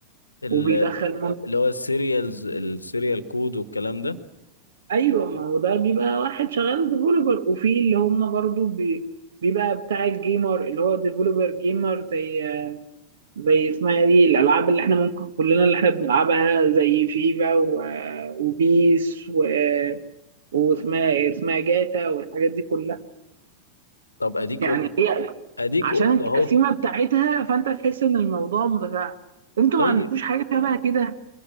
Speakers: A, on the left; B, on the right.
A: ال-
B: وبيدخل مم...
A: اللي هو السيريالز السيريال كود والكلام ده
B: ايوه ما هو ده بيبقى واحد شغال ديفلوبر وفي اللي هم برضو بي... بيبقى بتاع الجيمر اللي هو ديفلوبر جيمر زي زي اسمها دي الالعاب اللي احنا ممكن كلنا اللي احنا بنلعبها زي فيفا و... وبيس و... واسمها اسمها جاتا والحاجات دي كلها
A: طب اديك
B: يعني
A: قلت
B: هي
A: اديك
B: عشان
A: قلت
B: التقسيمه
A: اهو
B: بتاعتها فانت تحس ان الموضوع متفاعل انتوا
A: طيب
B: ما عندكوش حاجه شبه كده